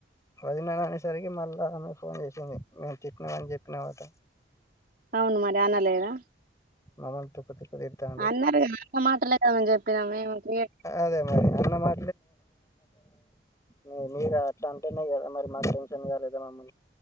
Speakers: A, on the left; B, on the right.
A: వదినా అనేసరికి మళ్ళా ఆమె ఫోన్ చేసింది మేము తిట్టినవని చెప్పినవట
B: అవును మరి అనలేదా
A: మమంటు తుక్కు తుక్కు తిడ్తండు
B: అన్నారు కదా అన్న మాటలే కదా మేము చెప్పినాం మేము క్రియేట్
A: అదే మరి అన్న మా మీ మీరట్లా అంటేనే కదా మరి మాకు టెన్షన్ కాలేదననమ్ము